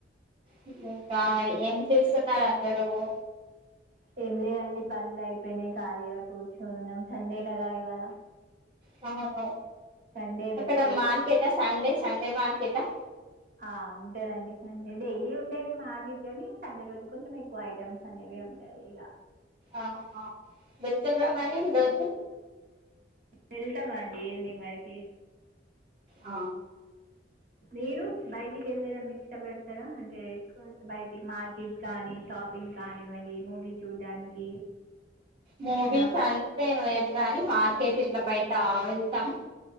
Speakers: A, on the right; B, on the right.
A: రిప్లైయ్ బాడిగ ఎంత ఇస్తున్నారండి మివు
B: ఏం లేదండి పన్లు అయిపోయినాయ్ ఖాళీగా కూర్చొన్నాం సండే కదా ఇవాళ
A: నాదె
B: సండే
A: అక్కడ
B: రెస్ట్ డే
A: మార్కెట్ట సండే సండే మార్కెటా
B: ఆ ఉంటేదండి సండే డైలీ ఉంటేది మార్కెట్ గాని సండే రోజు కొంచెం ఎక్కువ ఐటెమ్స్ అనేవి ఉంటాయి ఇగ
A: ఆహ ఆ బెల్చందరావు మారిదచ్చు
B: వెళ్తామ్ అండి ఈవినింగ్ వరకి
A: ఆ
B: మీరు బయటికి వెళ్ళడం ఇష్టపడతారా అంటే ఎక్కువ బయటికి మార్కెట్ కానీ షాపింగ్ కానివ్వండి మూవీ చూడ్డానికి
A: మూవీస్
B: అలా
A: అంటే లేదు గానీ మార్కెట్ ఇట్లా బయట వెళ్తాం